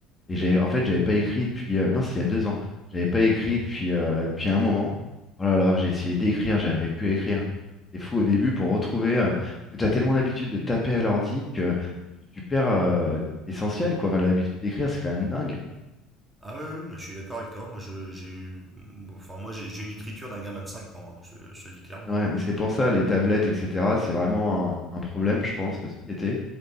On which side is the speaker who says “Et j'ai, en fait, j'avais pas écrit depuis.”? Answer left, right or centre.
Left